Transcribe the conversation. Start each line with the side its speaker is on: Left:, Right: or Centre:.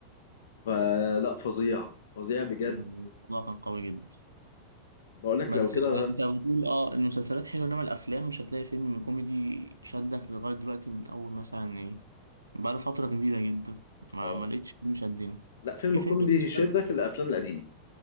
Left: فلا فظيع فظيع بجد
Right: الموضوع كان قوي جدا
Left: بقول لك
Right: بس
Left: لو كده
Right: يعني انت بتقول اه المسلسلات حلوة انما الافلام مش هتلاقي فيلم كوميدي شدك لغاية دلوقتي من اول مثلا ايه بقى فترة كبيرة جدا ما
Left: اه
Right: ما لقيتش فيلم شدني
Left: لا فيلم
Right: في
Left: كوميدي
Right: فيلم شدك
Left: يشدك الافلام القديمه